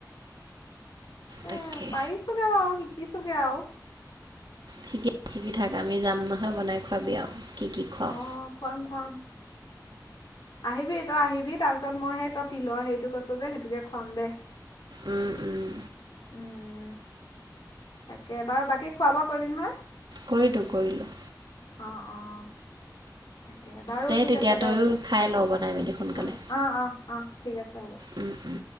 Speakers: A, on the right; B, on the left.
A: তাকে
B: এ পাইছোগে বা শিকিছোগে আও।
A: শিকি শিকি থাক আমি যাম নহয় বনাই খোৱাবি আৰু কি কি খোৱাওঁ।
B: অ', খুৱাম খুৱাম। আহিবি তই আহিবি তাৰপিছত মই সেই তই তিলৰ হেৰিটো কৈছ যে সেইটোকে খুৱাম দে।
A: উম, উম,
B: উম, তাকে, বাৰু বাকী খোৱা বোৱা কৰিলি নহয়?
A: কৰি দু কৰিলোঁ।
B: অঁ অঁ তাকে, বাৰু
A: দে
B: ঠিক
A: তেতিয়া
B: আছে দে।
A: তয়ো খাই ল বনাই মেলি সোনকালে
B: অঁ। অ অ অ ঠিক আছে হ'ব।
A: উম উম।